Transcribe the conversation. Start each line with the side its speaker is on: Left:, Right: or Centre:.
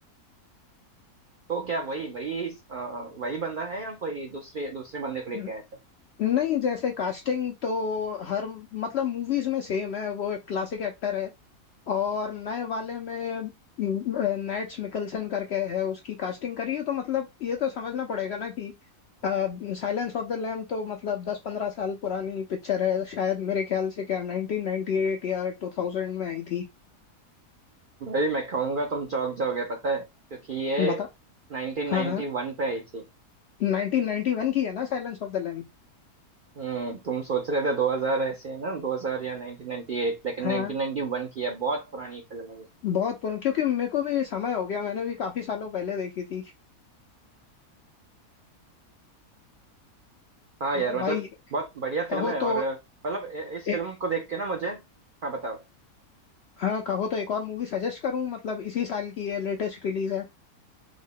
Right: तो क्या वही वही अ, वही बंदा है या कोई दूसरे दूसरे बंदे को लेके
Left: है
Right: आया
Left: नहीं जैसे कास्टिंग तो हर मतलब मूवीज में सेम है वो एक क्लासिक एक्टर है और नए वाले में नैट्स मिकलसन करके है उसकी कास्टिंग करी है तो मतलब ये तो समझना पड़ेगा ना कि साइलेंस ऑफ द लैम तो मतलब दस पंद्रह साल पुरानी पिक्चर है शायद मेरे ख्याल से क्या 1998 या 2000 में आई थी
Right: भाई मैं कहूंगा तुम चौंक जाओगे पता है क्योंकि ये
Left: बता
Right: 1991
Left: हाँ हाँ
Right: पे आई थी
Left: 1991 की है ना साइलेंस ऑफ द लैम
Right: हम्म तुम सोच रहे थे 2000 ऐसे है ना 2000 या 1998 लेकिन
Left: हाँ
Right: 1991 की है बहुत पुरानी फिल्म है ये
Left: बहुत पुरानी क्योंकि मेरे को भी समय हो गया मैंने भी काफी सालों पहले देखी थी
Right: हाँ
Left: और
Right: यार मतलब
Left: भाई
Right: बहुत बढ़िया
Left: कहो
Right: फिल्म है और
Left: तो
Right: मतलब ए- इस
Left: ए,
Right: फिल्म को देख के ना मुझे हाँ बताओ
Left: हाँ कहो तो एक और मूवी सजेस्ट करूं मतलब इसी साल की है लेटेस्ट रिलीज है